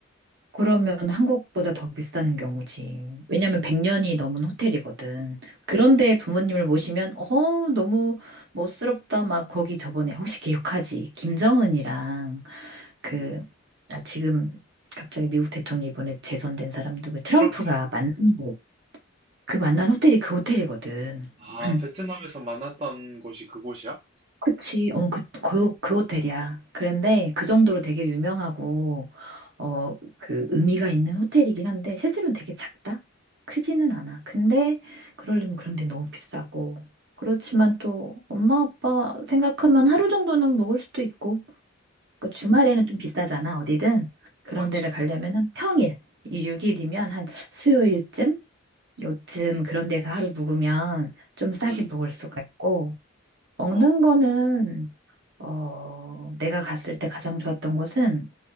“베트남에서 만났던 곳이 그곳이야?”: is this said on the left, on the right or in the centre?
Right